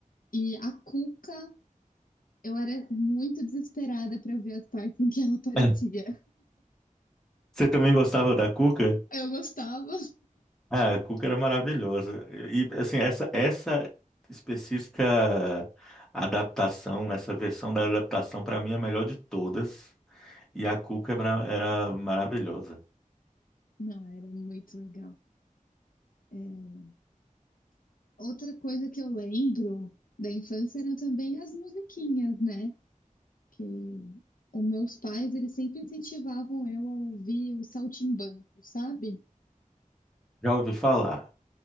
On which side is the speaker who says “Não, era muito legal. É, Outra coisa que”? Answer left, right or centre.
Left